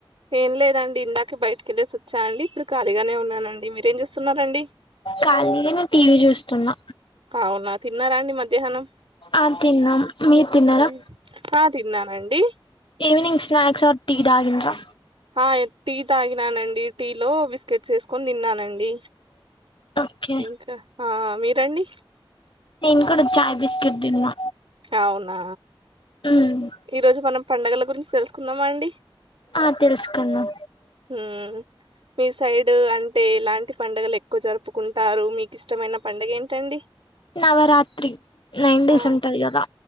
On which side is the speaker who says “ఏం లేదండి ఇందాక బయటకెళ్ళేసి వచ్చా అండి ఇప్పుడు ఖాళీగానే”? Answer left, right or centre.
Right